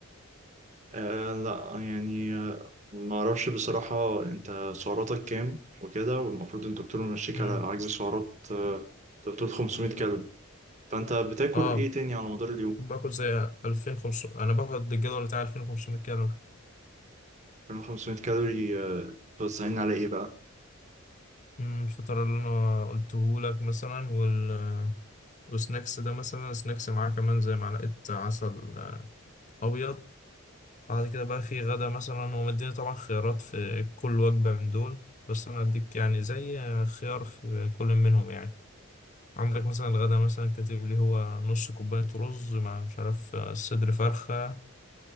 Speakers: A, on the right; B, on the left.
A: آه لا يعني آه، ما اعرفش بصراحة انت سعراتك كام وكده والمفروض الدكتور يمشيك
B: مم.
A: على عجز سعرات آه، انت بتقول 500 كالوري فانت بتاكل
B: اه
A: ايه تاني على مدار اليوم؟
B: باكل زي 2500 انا باخد الجدول بتاع 2500 كالوري
A: 500 كالوري آه، توزعين على ايه بقى؟
B: مم، الفطار اللي انا قلته لك مثلا وال وسناكس ده مثلا سناكس معاه كمان زي معلقة عسل آه، أبيض بعد كده بقى في غدا مثلا هو مديني طبعا خيارات في كل وجبة من دول بس أنا أديك يعني زي آه، خيار في كل منهم يعني عندك مثلا الغدا مثلا كاتب لي هو نص كوباية رز مع مش عارف آه، صدر فرخة